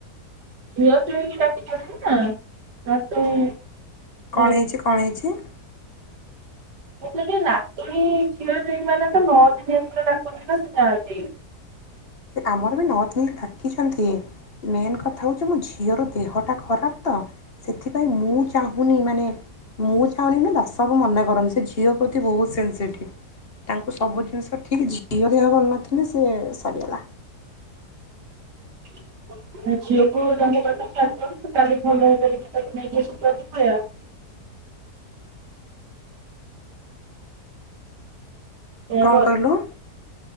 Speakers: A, on the right; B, on the left.
A: ଝିଅ ଜ୍ୱାଇଁ <unintelligible>
B: କଣ ହେଇଛି? କଣ ହେଇଛି?
A: ମୁଁ <unintelligible> ନାତୁଣୀ, ଝିଅ ଜ୍ୱାଇଁ ମାନେ ତ ନଅ ଦିନିଆ ପୁରା ଡାକନ୍ତି ବା ସେ ଯାଆନ୍ତି।
B: ସେ ଆମର ବି ନଦିନ ଡାକିଛନ୍ତି। ମେନ୍ କଥା ହଉଛି ମୋ ଝିଅର ଦେହଟା ଖରାପ ତ ସେଥିପାଇଁ ମୁଁ ଚାହୁଁନି ମାନେ ମୁଁ ଚାହୁଁନି ନା ଦଶକୁୁ ମନା କରନ୍ତି ସେ ଝିଅ ପ୍ରତି ବହୁତ ସେନ୍ସିଟିଭ୍ ତାଙ୍କୁ ସବୁ ଜିନିଷ ଠିକ୍ ଝିଅ ଦେହ ଭଲ ନଥିଲେ ସେ ସରିଗଲା।
A: <unintelligible> ସେଇଆ
B: କଣ କହିଲୁ?